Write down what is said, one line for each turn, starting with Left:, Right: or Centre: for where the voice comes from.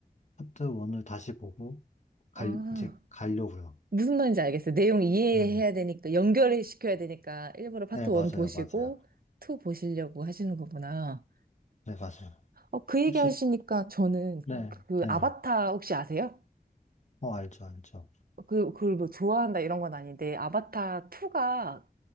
Left: 파트 1을 다시 보고 갈,
Right: 아,
Left: 이제 가려고요.
Right: 무슨 말인지 알겠어요. 내용 이해해야
Left: 네,
Right: 되니까, 연결을 시켜야 되니까, 일부러 파트
Left: 네,
Right: 1
Left: 맞아요,
Right: 보시고,
Left: 맞아요.
Right: 2 보시려고 하시는 거구나.
Left: 네, 맞아요.
Right: 어, 그 얘기
Left: 혹시,
Right: 하시니까 저는
Left: 네,
Right: 그
Left: 네.
Right: 아바타 혹시 아세요?
Left: 어, 알죠, 알죠.
Right: 그, 그걸 뭐 좋아한다 이런 건 아닌데, 아바타 2가